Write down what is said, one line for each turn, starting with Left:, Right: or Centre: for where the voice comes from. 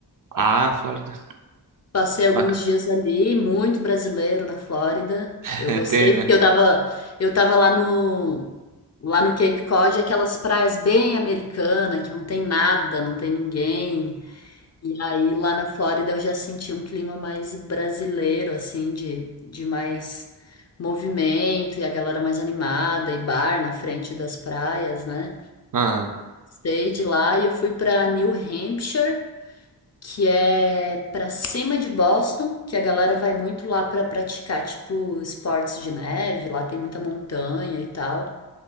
Right: Ah, Flórida.
Left: passei alguns
Right: Bacana.
Left: dias ali, muito brasileiro na Flórida.
Right: <laughs>
Left: Eu gostei
Right: Tem, né?
Left: porque eu tava, eu tava lá no lá no Cape Cod, aquelas praias bem americanas, que não tem nada, não tem ninguém. E aí lá na Flórida eu já senti um clima mais brasileiro, assim, de, de mais movimento e a galera mais animada e bar na frente das praias, né?
Right: Aham.
Left: Stay de lá e eu fui pra New Hampshire, que é pra cima de Boston, que a galera vai muito lá pra praticar, tipo, esportes de neve, lá tem muita montanha e tal.